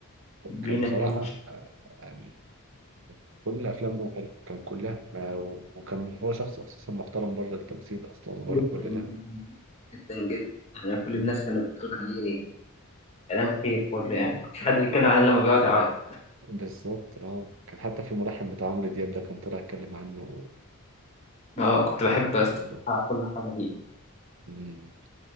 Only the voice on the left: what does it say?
بينا
نعيش
جدا
جدا جدا جدا أنا كل
الناس كانت بتقول عليه كلام خير كله يعني مكنتش حد بيتكلم عليه لما بيقعد يعيط
اه كنت
بحب
أسمع
كل حاجة ليه